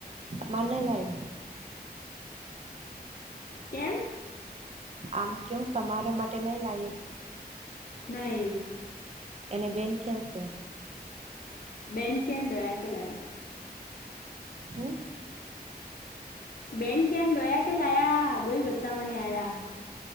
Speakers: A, on the right; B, on the left.
A: મ નહી લાગ્યુ.
B: કેમ
A: આમ કેવ તમારા માટે નઈ લાવ્યુ.
B: નહી
A: એને બેન ક્યાં છે.
B: બેન કં દોયાકે લયા.
A: હમ
B: બેન કેમ ધોયા કે લયા દોહી ભતામાંને આયા